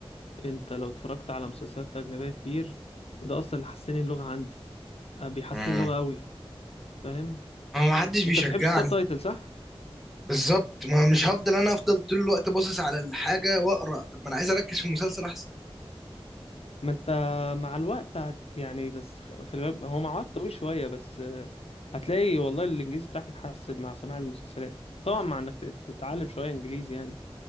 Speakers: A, on the left; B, in the centre.
A: انت لو اتفرجت على مسلسلات اجنبيه كتير ده اصلا اللي حسن اللغه عندي آه، بيحسن
B: امم
A: اللغه قوي فاهم
B: هو ما حدش بيشجعني
A: انت بتحبش السب تايتل صح
B: بالظبط ما مش هفضل انا افضل طول الوقت باصص على الحاجة واقرا طب ما انا عايز اركز في المسلسل احسن
A: ما انت مع الوقت هت... يعني بس خ- خلي بالك هو مع الوقت طويل شويه بس آه، هتلاقي والله الانجليزي بتاعك اتحسن مع سماع المسلسلات وطبعا مع انك تتعلم شويه انجليزي يعني